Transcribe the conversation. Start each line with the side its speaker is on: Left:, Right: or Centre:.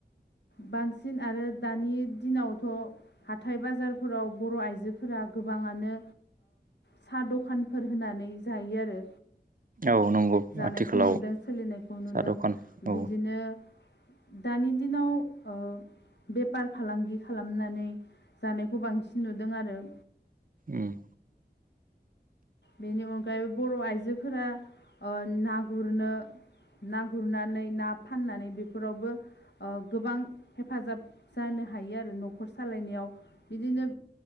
Left: बांसिन आरो दानि दिनावथ' हाथथाय बाजारफोराव बर' आइजोफोरा गोबाङानो साहा दखानफोर होनानै जायो आरो।
Right: औ नंगौ
Left: जानायखौ
Right: आथिखालाव
Left: नुदों सोलिनायखौ नुदों
Right: साहा दखान औ
Left: बिदिनो दानि दिनाव ओ बेफार फालांगि खालामनानै जानायखौ बांसिन नुदों आरो
Right: ओम
Left: बेनि अनगायैबो बर' आइजोफोरा ना गुरनो ना गुरनानै ना फाननानै बेफोरावबो गोबां हेफाजाब जानो हायो आरो न'खर सालायनायाव बिदिनो